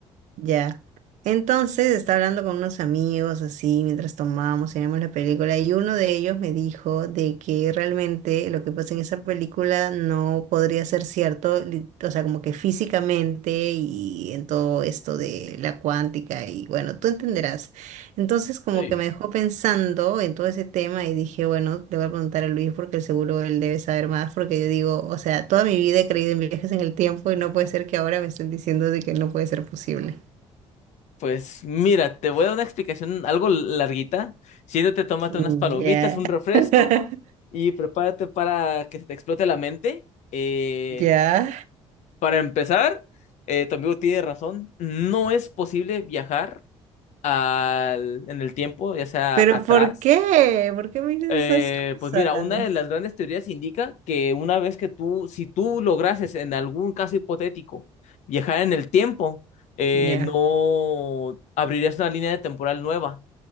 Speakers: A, on the right; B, on the left.
A: Ya. Entonces estaba hablando con unos amigos así mientras tomábamos y veíamos la película y uno de ellos me dijo de que realmente lo que pasa en esa película no podría ser cierto, li- o sea, como que físicamente y en todo esto de la cuántica y bueno, tú entenderás. Entonces como
B: Sí.
A: que me dejó pensando en todo ese tema y dije, bueno, le voy a preguntar a Luis porque seguro él debe saber más porque yo digo, o sea, toda mi vida he creído en viajes en el tiempo y no puede ser que ahora me estén diciendo de que no puede ser posible.
B: Pues mira, te voy a dar una explicación algo larguita. Siéntate, tómate
A: Mm,
B: unas palomitas,
A: Ya,
B: un refresco
A: <laughs>
B: y prepárate para que se te explote la mente. Eh,
A: ya.
B: para empezar, eh, tu amigo tiene razón. No es posible viajar al- en el tiempo, ya sea
A: Pero
B: atrás.
A: ¿por qué? ¿Por qué me dices
B: Eh,
A: esas cosas?
B: pues mira, una de las grandes teorías indica que una vez que tú, si tú lograses en algún caso hipotético viajar en el tiempo, eh,
A: Ya,
B: no abrirías una línea de temporal nueva.